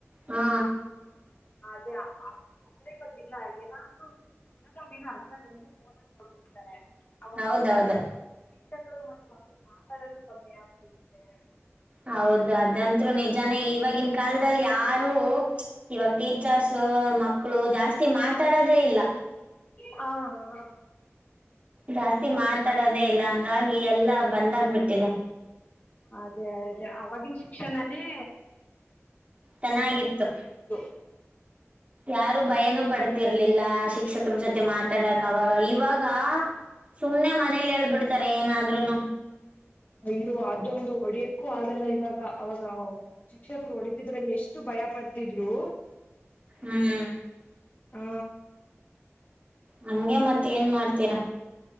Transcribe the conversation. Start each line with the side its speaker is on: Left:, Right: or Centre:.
Right: ಹಾ
Left: ಅ ಅದ ಅದ ಗೊತ್ತಿಲ್ಲ ಆ್ತು ಏನಾದೂ ನು ಅರ್ಥ ಆ ಫೋನಲ್ಲಿ ನೋಡ್ಬಿಡ್ತಾರೆ ಅವಾಗ
Right: ಹೌದೌದು
Left: ಮ ಶಿಕ್ಷಕರು ಮೆ ಮಕ್ಕಳು ಮಾತಾಡೋದು ಕಮ್ಮಿ ಆಗ್ಬಡುತ್ತೆ
Right: ಹೌದು ಅದಂತರು ನಿಜಾನೇ ಇವಾಗಿನ ಕಾಲದಲ್ಲಿ ಯಾರು ಇವಾಗ ತೀ ಚಾರ್ಸು ಮ ಮಕ್ಕಳು ಜಾಸ್ತಿ ಮಾತಾಡೋದೇ ಇಲ್ಲ
Left: ಹಾ ಹಾ
Right: ಜಾಸ್ತಿ ಮಾತಾಡೋದೇ ಇಲ್ಲ ಹಂಗಾಗಿ ಎಲ್ಲಾ ಬಂದಾಗಬಿಟ್ಟಿದೆ
Left: ಅದೇ ಅದೇ ಅವಗಿನ ಶಿಕ್ಷಣನೇ
Right: ಚೆನ್ನಾಗಿತ್ತು
Left: ಹ
Right: ಯಾರು ಭಯನೂ ಪಡ್ತಿರ್ಲಿಲ್ಲ ಶಿಕ್ಷಕರ ಜೊತೆ ಮಾತಾಡಕ್ ಅವಾಗ ಇವಾಗ ಸುಮ್ಮ್ನೆ ಮನೇಲಿ ಹೇಳ್ಬಿಡ್ತಾರೆ ಏನಾದ್ರೂ ಇನ್ನ
Left: ಇದು ಅದೊಂದು ಹೊಡಿಯಕ್ಕೂ ಆಗಲ್ಲ ಇವಾಗ ಅವಾಗ ಶಿಕ್ಷಕರು ಹೊಡಿತಿದ್ರಲ್ಲಿ ಎಷ್ಟು ಭಯ ಪಡ್ತಿದ್ರು
Right: ಹ್ಮ್
Left: ಹ್ಮ
Right: ಹಂಗೆ ಮತ್ತ ಏನ್ ಮಾಡ್ತೀರ